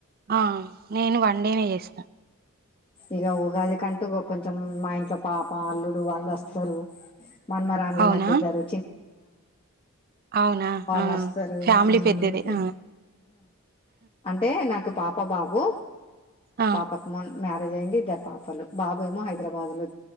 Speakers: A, on the right; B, on the left.
A: ఆ నేను వన్డేనే చేసినా
B: ఇగ ఉగాది కంటు కొంచం మా ఇంట్లో పాప అల్లుడు వాళ్ళు వస్తారు మనమ రాన్లు
A: అవునా
B: నాకు ఇద్దరు
A: అవునా
B: వాళ్ళ
A: ఆ
B: వస్తారు ఇ
A: ఫ్యామిలీ పెద్దది ఆ
B: అంటే నాకు పాప బాబు
A: ఆ
B: పాపకమోన్ మ్యారేజ్ అయింది ఇద్దరు పాపలు బాబు ఏమో హైదరాబాద్ లో